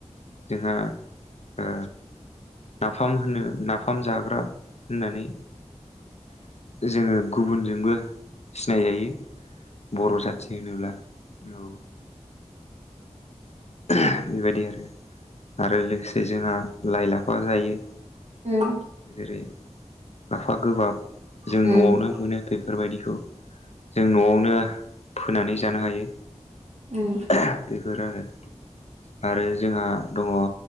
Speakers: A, on the left; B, on the right.
A: जोंहा ओ नाफाम होनो नाफाम जाग्रा होननानै जोङो गुबुनजोंबो सिनायजायो। बर' जाथि होनोब्ला औ। ओहो बेबायदि आरो आरो लोगोसे जोंहा लाइ, लाफा जायो।
B: ओम।
A: जेरै लाफा गोबाब जों
B: नंगौ
A: न'आवनो मोनो बेफोरबायदिखौ जों न'आवनो फोनानै जानो हायो
B: औ
A: ओहो बेफोर आरो आरो जोंहा दङ ओ